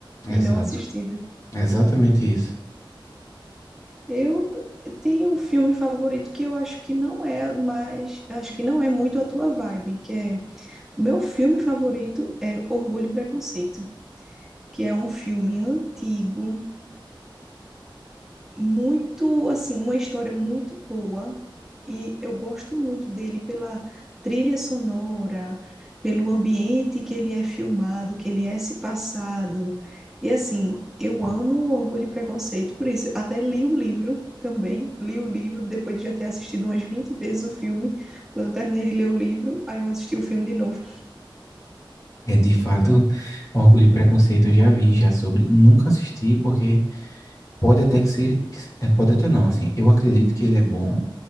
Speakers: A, on the left (about 40°); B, in the centre.
A: Exato.
B: E não assistindo.
A: É Exatamente isso.
B: Eu tenho um filme favorito que eu acho que não é mais, acho que não é muito a tua vibe, que é, o meu filme favorito é Orgulho e Preconceito, que é um filme antigo, muito, assim, uma história muito boa e eu gosto muito dele pela trilha sonora, pelo ambiente que ele é filmado, que ele é se passado. E assim, eu amo Orgulho e Preconceito, por isso, até li o livro também, li o livro depois de já ter assistido umas 20 vezes o filme. Quando eu terminei de ler o livro, aí eu assisti o filme de novo.
A: É de fato, Orgulho e Preconceito eu já vi, já sobre, nunca assisti, porque pode até que ser, que se- é, pode até não, assim, eu acredito que ele é bom,